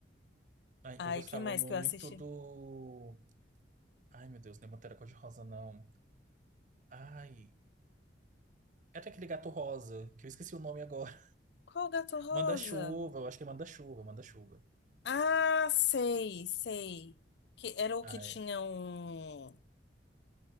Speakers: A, on the right; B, on the left.
A: Ai,
B: Ai,
A: eu gostava
B: que mais
A: muito
B: que eu assisti?
A: do. Ai, meu Deus, não é Pantera Cor-de-Rosa, não. Ai. Era aquele gato rosa, que eu esqueci o nome agora.
B: Qual o gato
A: <laughs>
B: rosa?
A: Manda-chuva, eu acho que é Manda-chuva, Manda-chuva.
B: Ah, sei, sei. Que era o
A: Ai.
B: que tinha um